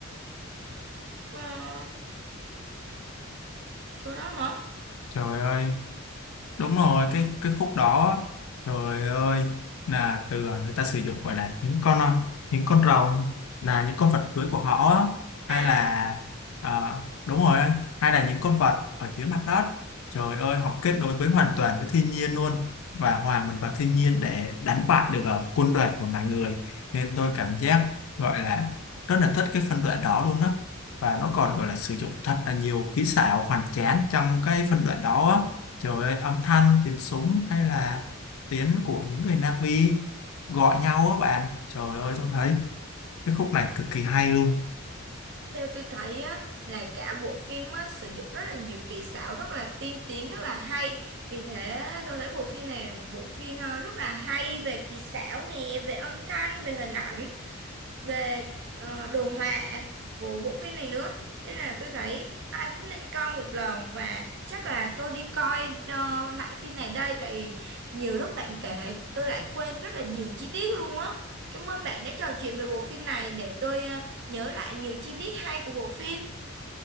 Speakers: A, on the right (about 55°); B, on the left (about 80°).
A: Ờ, chỗ đó hả?
B: Trời ơi, đúng rồi cái cái khúc đó trời ơi là từ người ta sử dụng gọi là những con ờ, những con rồng là những con vật cưới của họ á, hay
A: À, à,
B: là
A: à.
B: à, đúng rồi hay là những con vật ở dưới mặt đất trời ơi họ kết nối với hoàn toàn với thiên nhiên luôn và hòa mình vào thiên nhiên để đánh bại được ờ, quân đoàn của loài người nên tôi cảm giác gọi là rất là thích cái phân đoạn đó luôn á và nó còn gọi là sử dụng thật là nhiều kỹ xảo hoàn tráng trong cái phân đoạn đó á Trời ơi, âm thanh, tiếng súng hay là tiếng của những người Na'vi gọi nhau á bạn. Trời ơi, tôi thấy cái khúc này cực kỳ hay luôn.
A: Theo tôi thấy á, là cả bộ phim á, sử dụng rất là nhiều kỹ xảo rất là tiên tiến rất là hay vì thế tôi thấy bộ phim này là một bộ phim ờ, rất là hay về kỹ xảo nè về âm thanh về hình ảnh về ờ, đồ họa của bộ phim này nữa nên là tôi thấy ai cũng nên coi một lần và chắc là tôi đi coi ờ, lại phim này đây tại vì nhiều lúc bạn kể tôi lại quên rất là nhiều chi tiết luôn á cảm ơn bạn đã trò chuyện về bộ phim này để tôi ờ, nhớ lại nhiều chi tiết hay của bộ phim